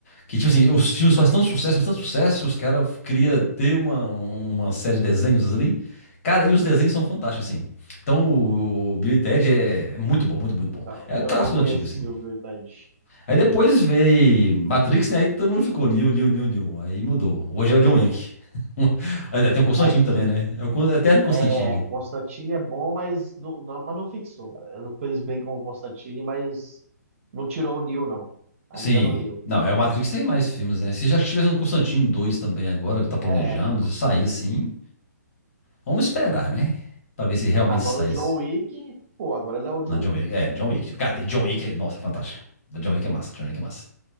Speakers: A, on the left; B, on the right.
A: Que, tipo assim, os filmes fazem tanto sucesso, fazem tanto sucesso, que os caras queriam ter uma, uma série de desenhos ali. Cara, e os desenhos são fantásticos, assim. Então, o, o Bill e Ted é é muito bom, muito, muito
B: Então,
A: bom. É
B: eu
A: clássico
B: não conheci
A: antigo, assim.
B: o Bill e Ted.
A: Aí depois veio Matrix, né? Aí todo mundo ficou New, New, New, New. Aí mudou. Hoje
B: Pois
A: é o John Wick.
B: é.
A: <laughs> Aí Tem o Constantine
B: É que
A: também, né? É o Eterno Constantine.
B: É, Constantine é bom, mas não, não- mas não fixou, galera. Ele fez bem com o Constantine, mas não tirou o Neo, não. Ainda
A: Sim.
B: no Neo.
A: Não, é o Matrix tem mais filmes, né? Se já tivesse um Constantino 2 também agora, que tá planejando,
B: É,
A: se sair assim, vamos esperar, né? Pra ver se realmente
B: agora
A: saísse.
B: o John Wick, pô, agora ele é o John
A: Não, John
B: Wick.
A: Wick. É, John Wick. Cara, e John Wick, é- nossa, é fantástico. John Wick é massa, John Wick é massa.